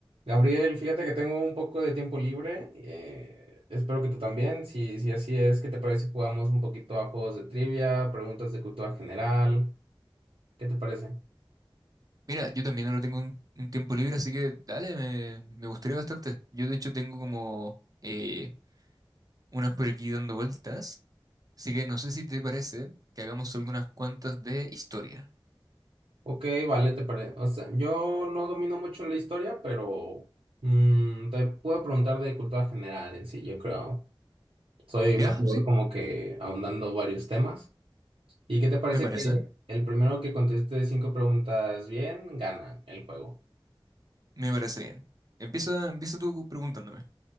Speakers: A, on the right; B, on the right.
A: Gabriel, fíjate que tengo un poco de tiempo libre. eh, espero que tú también. Si, si así es, ¿qué te parece si jugamos un poquito a juegos de trivia, preguntas de cultura general? ¿Qué te parece?
B: Mira, yo también ahora tengo un, un tiempo libre, así que dale, me, me gustaría bastante. Yo de hecho tengo como eh, unas por aquí dando vueltas, así que no sé si te parece que hagamos algunas cuantas de historia.
A: Ok, vale, te parece. O sea, yo no domino mucho la historia, pero mm, te puedo preguntar de cultura general en sí, yo creo. Soy
B: ¿Ya?
A: mejor
B: ¿Sí?
A: como que ahondando varios temas. ¿Y qué te parece
B: Me parece,
A: que el primero que conteste cinco preguntas bien, gana el juego?
B: me parece bien. Empieza, empieza tú preguntándome.